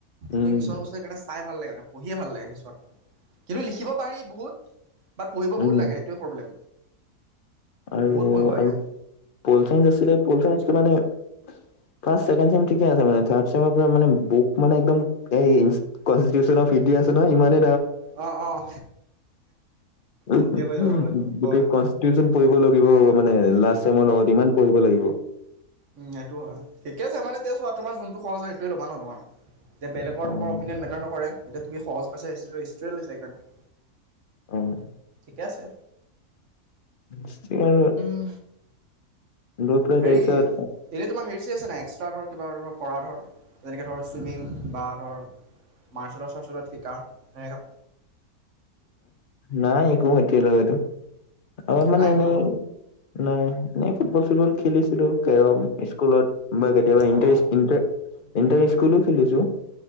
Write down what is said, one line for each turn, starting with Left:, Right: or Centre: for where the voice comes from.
Left: উম,
Right: সেই কিছুমান বস্তু সেইকাৰণে চাই ভাল লাগে মানে পঢ়িয়ে ভাল লাগে কিছুমান, কিন্তু লিখিব পাৰি বহুত বাত পঢ়িব
Left: উম
Right: বহুত লাগে। সেইটোৱে প্ৰব্লেম।
Left: আৰু,
Right: বহুত পঢ়িব লাগে
Left: আৰু প'ল চায়েঞ্চ আছিলে, প'ল চায়েঞ্চটো মানে ফাষ্ট, ছেকেণ্ড ছেম ঠিকে আছে মানে, থাৰ্ড ছেমৰ পৰা মানে বুক মানে একদম এই কনস্তিটিউচনৰ ফ্ৰিৰ্টি আছে নহয়, ইমানে
Right: অঁ অঁ
Left: <unintelligible>
Right: ঠিকে কৈছা বাৰু এইটো হয়
Left: টিউচন কৰিব লাগিব মানে, লাষ্ট ছেমৰ লগত ইমান পঢ়িব লাগিব।
Right: উম সেইটোও হয়, ঠিকে আছে মানে এতিয়া চোৱা তোমাৰ যোনটো সহজ হয় সেইটোয়ে ল'বা ন' তোমাৰ এতিয়া বেলেগৰ
Left: অ',
Right: তোমাৰ অপিনিয়ন মেটাৰ নকৰে এতিয়া তুমি সহজ পইছা হিষ্ট্ৰী-হিষ্ট্ৰীয়েই লৈছা সেইকাৰণে।
Left: অ'
Right: ঠিকে আছে।
Left: <unintelligible>
Right: উম
Left: লৈ পেলাই
Right: হেৰি
Left: তাৰপিছত
Right: অ' এনেই তোমাৰ হেৰি চেৰি আছে নাই, এক্সট্ৰা ধৰ কিবা ধৰ কৰা ধৰ যেনেকৈ ধৰ চুইমিং বা ধৰ মাৰ্চেল আৰ্ট চাৰৰ্চেলত আৰ্ট শিকা, তেনেকা
Left: নাই একো এতিয়া লৈকে, অলপ মানে
Right: নাই
Left: এনেই
Right: কৰা ন
Left: নাই, এনে ফুটবল চুটবল খেলিছিলোঁ, কেৰম স্কুলত বা কেতিয়াবা ইন্টেৰেষ্ট,
Right: অঁ
Left: ইন্টেৰেষ্ট ইণ্টাৰ স্কুলো খেলিছোঁ।